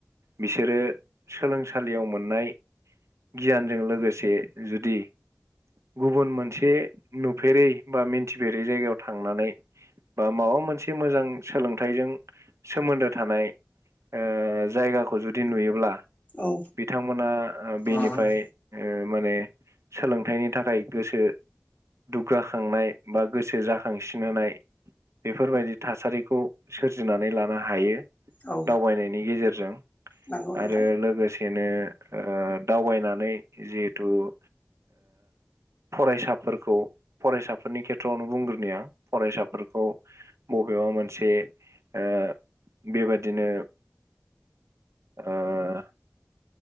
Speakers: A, on the right (about 70°); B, on the left (about 30°).
A: बिसोरो सोलों सालियाव मोननाय गियानजों लोगोसे जुदि गुबुन मोनसे नुफेरै बा मिन्थिफेरै जायगायाव थांनानै बा माबा मोनसे मोजां सोलोंथाइजों सोमोन्दो थानाय ओ जायगाखौ जुदि नुयोब्ला
B: औ
A: बिथांमोना
B: औ
A: बेनिफ्राय ओ माने सोलोंथाइनि थाखाय गोसो दुगाखांनाय बा गोसो जाखांसिन होनाय बेफोरबायदि थासारिखौ सोरजिनानै लानो हायो
B: औ
A: दावबायनायनि गेजेरजों
B: नंगौ नोंथां
A: आरो लोगो सेनो ओ दावबायनानै ओ जिहेथु ओ फरायसाफोरखौ फरायसाफोरनि खेथ्रआवनो बुंग्रोनि आं फरायसाफोरखौ मबेबा मोनसे ओ बेबादिनो ओ <unintelligible>